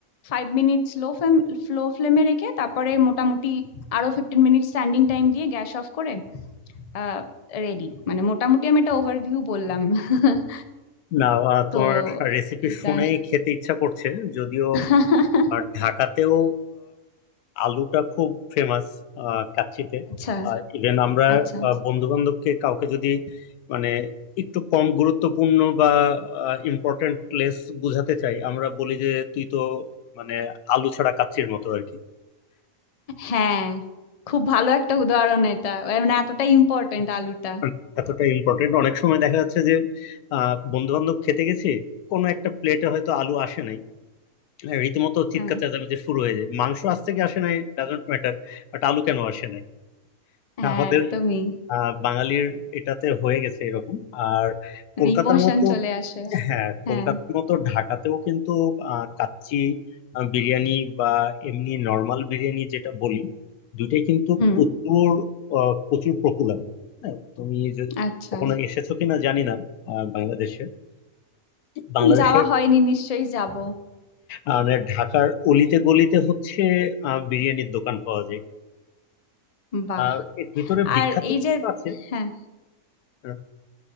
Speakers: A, on the left; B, on the left.
A: ফাইভ মিনিটস লো ফ্লেম লো ফ্লেমে রেখে তারপরে মোটামুটি আরো ফিফটিন মিনিট স্ট্যান্ডিং টাইম দিয়ে গ্যাস অফ করে আহ রেডি মানে মোটামুটি আমি একটা ওভারভিউ বললাম <laughs>
B: না আহ,
A: তো
B: তোমার রেসিপি
A: এটা
B: শুনে খেতে ইচ্ছা করছে যদিও
A: <laughs>
B: আর ঢাকাতেও আলুটা খুব ফেমাস কাচ্চিতে
A: আচ্ছা
B: ইভেন আমরা
A: আচ্ছা
B: বন্ধু বান্ধবকে কাউকে যদি মানে একটু কম গুরুত্বপূর্ণ বা ইম্পর্টেন্ট প্লেস বোঝাতে চাই আমরা বলি যে তুই তো মানে আলু ছাড়া কাচ্চির মতো আর কি
A: হ্যাঁ খুব ভালো একটা উদাহরণ এটা এ মানে এতটা ইম্পর্টেন্ট আলুটা
B: মানে এতটা ইম্পর্টেন্ট অনেক সময় দেখা যাচ্ছে যে বন্ধু বান্ধব খেতে গেছি কোনো একটা প্লেটে হয়তো আলু আসে নাই হ্যাঁ, রীতিমতো চিৎকার
A: হ্যাঁ
B: চেঁচামেচি শুরু হয়ে যায় মাংস আসছে কি আসে নাই ডাজন্ট ম্যাটার বাট আলু কেন আসে নাই
A: হ্যাঁ
B: আমাদের
A: একদমই
B: আহ বাঙালির এটাতে হয়ে গেছে এরকম আর
A: মানে
B: কলকাতার
A: ইমোশন
B: মতো
A: চলে আসে
B: হ্যাঁ
A: হ্যাঁ
B: কলকাতার মতো ঢাকাতেও কিন্তু আহ, কাচ্চি আহ, বিরিয়ানি বা এমনি নর্মাল বিরিয়ানি যেটা বলি দুইটাই কিন্তু
A: হুম
B: প্রচুর আহ, প্রচুর পপুলার হ্যাঁ তুমি যে
A: আচ্ছা
B: কখনো এসেছো কিনা জানি না আহ, বাংলাদেশে বাংলাদেশের
A: যাওয়া হয়নি নিশ্চয়ই যাব
B: আহ, মানে ঢাকার অলিতে গলিতে হচ্ছে আহ, বিরিয়ানির দোকান পাওয়া যায়
A: বাহ
B: আর এর ভিতরে বিখ্যাত
A: আর এই
B: কিছু
A: যে
B: আছে
A: হ্যাঁ
B: আহ,